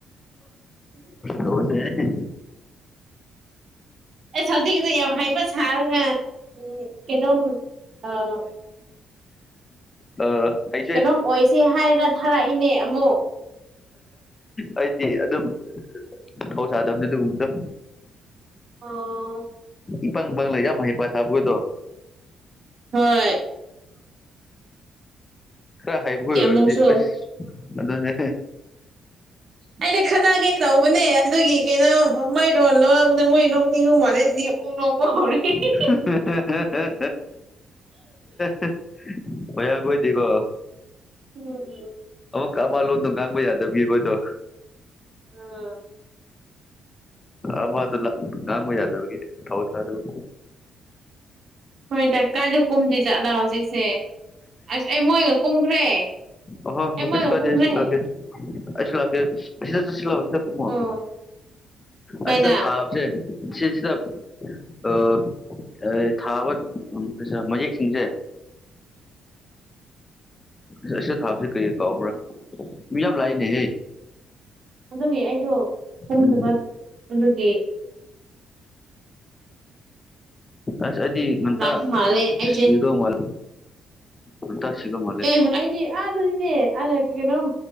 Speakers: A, on the left; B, on the right.
A: ꯇꯧꯔꯥꯁ‌ꯦ
B: ꯑꯦꯁ ꯍꯧꯖꯤꯛꯗ ꯌꯥꯝ ꯍꯩꯕ ꯁꯥꯔꯒ ꯎꯝ ꯀꯩꯅꯣꯝ ꯑꯥ꯫
A: ꯑ ꯍꯩ꯫
B: ꯀꯩꯅꯣꯝ ꯑꯣꯏꯁꯦ ꯍꯥꯏꯔꯒ ꯊꯥꯔꯛꯏꯅꯦ ꯑꯃꯨꯛ꯫
A: ꯑꯩꯗꯤ ꯑꯗꯨꯝ ꯊꯧꯁꯥꯗꯕꯅꯦ ꯑꯗꯨꯒꯨꯝꯕꯗꯨ꯫
B: ꯑꯣ꯫
A: ꯏꯄꯪ ꯄꯪ ꯂꯩꯖ ꯌꯥꯝ ꯍꯩꯄꯥꯁꯥꯕꯒꯩꯗꯣ꯫
B: ꯍꯣꯏ꯫
A: ꯈꯔ ꯍꯩꯕꯣꯏ
B: ꯀꯌꯥꯃꯨꯛꯁꯨ
A: ꯑꯣꯏꯔꯗꯤ ꯑꯁ ꯑꯗꯨꯅꯦ꯫
B: ꯑꯩꯗꯤ ꯈꯠꯅꯒꯦ ꯇꯧꯕꯅꯦ ꯑꯗꯨꯒꯤ ꯀꯩꯅꯣ ꯑꯥ ꯃꯣꯢ ꯔꯣꯜ ꯂꯣꯏꯔꯛꯄꯗꯣ ꯃꯣꯏ ꯅꯣꯛꯅꯤꯡꯕ ꯃꯥꯜꯂꯦ ꯑꯗꯨꯒꯤ꯫ ꯑꯩ ꯅꯣꯛꯄ ꯍꯧꯔꯦ꯫ <unintelligible>
A: <unintelligible> ꯍꯥꯥ ꯍꯥ ꯍꯥ <unintelligible> ꯃꯌꯥꯜ ꯈꯣꯏꯗꯤꯀꯣ꯫
B: ꯎꯝ ꯎꯝ꯫
A: ꯀꯥꯃꯟ ꯂꯣꯟꯗꯣ ꯉꯥꯡꯕ ꯌꯥꯗꯕꯒꯤ ꯈꯣꯏꯗꯣ꯫
B: ꯑꯥ
A: ꯑꯃꯗꯨ ꯂꯥ ꯉꯥꯡꯕ ꯌꯥꯗꯕꯒꯤ ꯊꯧ ꯁꯥꯗꯕ꯫
B: ꯍꯣꯏꯗ ꯀꯥꯏꯗ ꯀꯨꯝꯗꯣꯏ ꯖꯥꯠꯂ ꯍꯧꯖꯤꯛꯁꯦ ꯑꯁ ꯑꯩ ꯃꯣꯏꯒ ꯀꯨꯝꯈ꯭ꯔꯦ꯫
A: ꯑꯍ
B: ꯑꯩ
A: ꯀꯩꯁꯨ
B: ꯃꯣꯏꯒ
A: ꯀꯥꯏꯗꯦ
B: ꯀꯨꯝꯈ꯭ꯔꯦ
A: ꯑꯩꯁꯨ ꯂꯥꯛꯀꯦ ꯑꯩꯁꯨ ꯂꯥꯛꯀꯦ ꯑꯁꯤꯗ ꯆꯠꯁꯤꯂꯥꯎ ꯁꯤꯗ ꯀꯨꯝꯃꯣ
B: ꯑꯣ ꯀꯩꯗ
A: ꯑꯁꯤꯗ ꯊꯥꯕꯖꯦ ꯁꯤꯁꯤꯗ ꯑꯥ ꯑꯩ ꯊꯥꯕ ꯎꯝ ꯄꯩꯁꯥ ꯃꯌꯦꯛꯁꯤꯡꯖꯦ ꯑꯁ ꯑꯁꯤꯗ ꯊꯥꯕꯖꯦ ꯀꯩ ꯀꯥꯎꯕ꯭ꯔꯥ ꯃꯤ ꯌꯥꯝ ꯂꯥꯛꯏꯅꯦꯍꯦ
B: ꯑꯗꯨꯒꯤ ꯑꯩꯗꯣ ꯇꯨꯝꯗꯕ
A: ꯎꯝ
B: ꯑꯗꯨꯒꯤ
A: ꯑꯁ ꯑꯩꯗꯤ
B: ꯌꯥꯝ
A: ꯉꯟꯇꯥ
B: ꯂꯥꯡꯕ ꯃꯥꯜꯂꯦ ꯑꯩꯁꯦ
A: ꯁꯤꯒꯗꯧ ꯃꯥꯜ ꯉꯟꯇꯥ ꯁꯤꯗꯧ ꯃꯥꯜꯂꯦ
B: ꯑꯦ ꯑꯩꯗꯤ ꯑꯗꯨꯗꯤꯅꯦ ꯑꯥ ꯀꯩꯅꯣꯝ